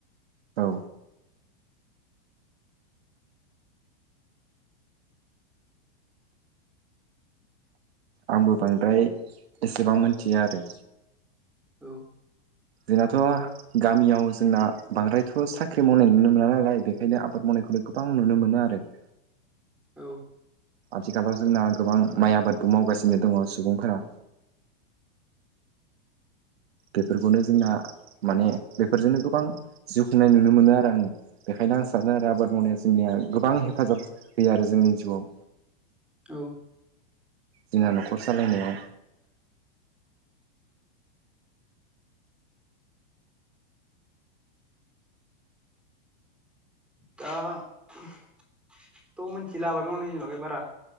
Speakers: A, on the right; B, in the centre.
A: औ आंबो बांद्राय एसेबां मोनथिया आरो
B: औ
A: जोंनाथ गामियाव जोंना बांद्रायथ साख्रि मावनाय नुनो मोना नालाय बेखायनो आबाद मावनायखौनो गोबां नुनो मोनो आरो <inaudible>
B: औ
A: आथिखालाव जोंना गोबां माइ आबादबो मावगासिनो दङ सुबुंफोरा बेफोरखौनो जोंना माने बेफोरजोंनो गोबां जिउ खुंनाय नुनो मोनो आरो आङो बेखायनो आं सानो आरो आबाद मावनाया जोंनिया गोबां हेफाजाब होयो आरो जोंनि जिउआव
B: औ
A: जोंना न'खर सालायनायाव
B: दाथ मोनथिला गावनि माबे बारा